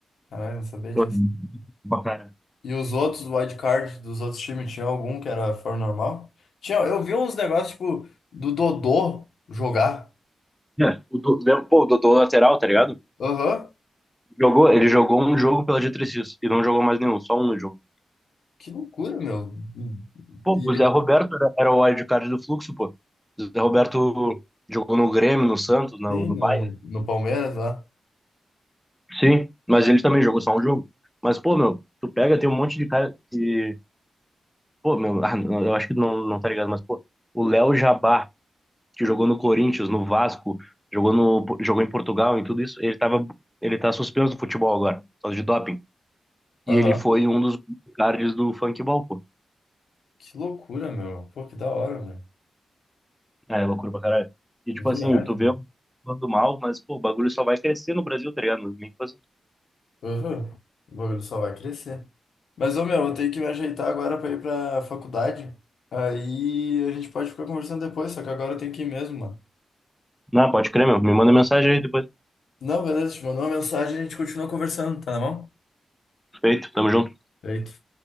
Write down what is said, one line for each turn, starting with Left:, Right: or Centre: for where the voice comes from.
Left: Caralho, eu não sabia
Centre: Pô,
Left: disso.
Centre: Pra cara.
Left: E os outros wild card dos outros times, tinha algum que era fora normal? Tinha, eu vi uns negócios, tipo, do Dodô jogar.
Centre: É, o do, lembra- pô, o Dodô lateral, tá ligado?
Left: Aham.
Centre: Jogou, ele jogou um jogo pela diretriz e não jogou mais nenhum, só um no jogo.
Left: Que loucura, meu.
Centre: Pô,
Left: E ele
Centre: o Zé Roberto era, era o wildcard do Fluxo, pô. O Zé Roberto jogou no Grêmio, no Santos, no,
Left: tem
Centre: no
Left: no,
Centre: Bayern.
Left: no Palmeiras lá.
Centre: Sim, mas ele também jogou só um jogo. Mas, pô, meu, tu pega, tem um monte de cara que. Pô, meu, ah, não, eu acho que não, não tá ligado, mas, pô, o Léo Jabá, que jogou no Corinthians, no Vasco, jogou, no, jogou em Portugal, em tudo isso, ele tava, ele tá suspenso do futebol agora, por causa de doping. E
Left: Aham.
Centre: ele foi um dos cards do Funk Balcão.
Left: Que loucura, meu. Pô, que da hora, velho.
Centre: É, loucura pra caralho. E
Left: Que
Centre: tipo
Left: viagem,
Centre: assim, tu vê
Left: mano.
Centre: um falando mal, mas pô, o bagulho só vai crescer no Brasil, tá ligado? Nem fazer.
Left: Aham. O bagulho só vai crescer. Mas, ô meu, eu tenho que me ajeitar agora pra ir pra faculdade. Aí a gente pode ficar conversando depois, só que agora eu tenho que ir mesmo, mano.
Centre: Não, pode crer, meu. Me manda mensagem aí depois.
Left: Não, beleza, te mandou uma mensagem e a gente continua conversando, tá na mão?
Centre: Feito, tamo junto.
Left: Feito.